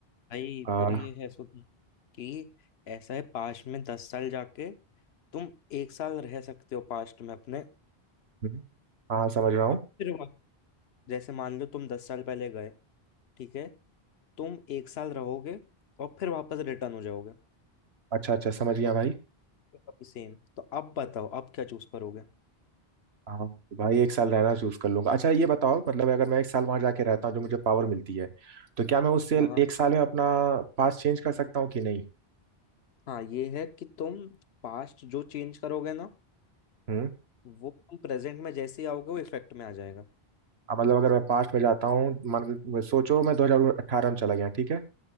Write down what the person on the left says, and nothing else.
भाई
पर ये है सो कि ऐसा है पास्ट में दस साल जाके तुम एक साल रह सकते हो पास्ट में अपने
और फिर वहाँ- जैसे मान लो तुम दस साल पहले गए ठीक है तुम एक साल रहोगे और फिर वापस रिटर्न हो जाओगे
और
फिर सेम तो अब बताओ अब क्या चूज करोगे
हाँ हाँ
हाँ ये है कि तुम पास्ट जो चेंज करोगे ना
वो तुम प्रेजेंट में जैसे ही आओगे वो इफेक्ट में आ जाएगा